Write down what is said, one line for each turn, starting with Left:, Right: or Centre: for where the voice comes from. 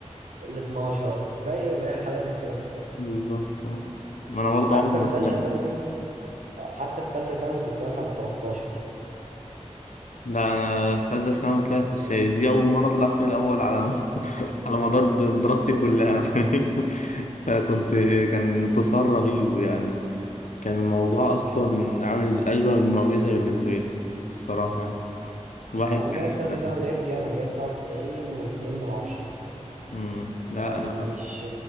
Right: ال 12 زي زي حالاتك كده بالظبط
Left: بالظبط آه. ما انا برضه
Right: حتى
Left: عمري ما
Right: في
Left: طلعت
Right: ثالثه ثانوي آه، حتى في ثالثه ثانوي كنت مثلا ال 13
Left: لا انا في ثالثه ثانوي طلعت السيد دي اول مره اطلع فيها الاول على <laughs>
Right: مم.
Left: على مدار د- دراستي كلها <laughs> فكنت كان انتصار رهيب يعني كان الموضوع اصلا عامل اشبه بمعجزه بالنسبه لي الصراحه يعني. الواحد
Right: مع ان انا في ثالثه
Left: كان
Right: ثانوي جايب كام انا جايب 97 و2 من 10
Left: مم. لا
Right: فيعني
Left: انا
Right: مش